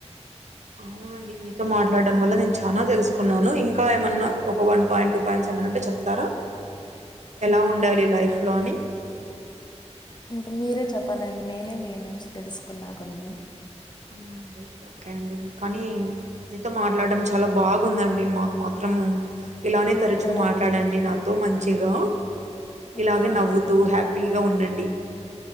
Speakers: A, on the right; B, on the left.
A: అవునండి మీతో మాట్లాడడం వల్ల నేను చాలా తెలుసుకున్నాను ఇంకా ఏమన్నా ఒక వన్ పాయింట్ టూ పాయింట్స్ ఎమన్నుంటే చెప్తారా ఎలా
B: ఇంకా
A: ఉండాలి లైఫ్ లో అని
B: ఇంకా మీరే చెప్పాలండి నేనే మీ నుంచి తెలుసుకున్నా కొన్ని
A: అవునండి ఓకే అండి కానీ నీతో మాట్లాడం చాలా బాగుందండి మాకు మాత్రం ఇలానే
B: మాకు
A: తరచు
B: కూడా
A: మాట్ మాట్లాడండి
B: అండి
A: నాతో మంచిగా
B: ఓకే
A: ఇలాగే
B: అండి
A: నవ్వుతూ హ్యాపీగా ఉండండి